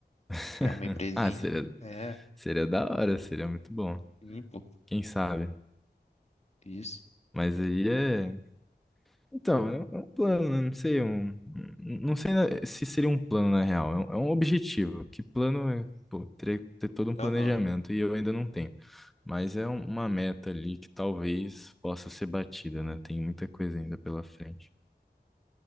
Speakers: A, in the centre; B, on the left (about 40°).
A: <laughs>
B: Criar uma empresinha.
A: Ah, seria,
B: É,
A: seria da hora, seria muito bom.
B: sim, pô,
A: Quem sabe?
B: isso.
A: Mas aí é. Então, é um é um plano, né? Não sei, um... um, não sei na- se seria um plano na real, é um, é um objetivo. Que plano é, pô, ter, ter todo um planejamento
B: Aham,
A: e eu ainda não tenho. Mas é um- uma meta ali que talvez possa ser batida, né? Tem muita coisa ainda pela frente.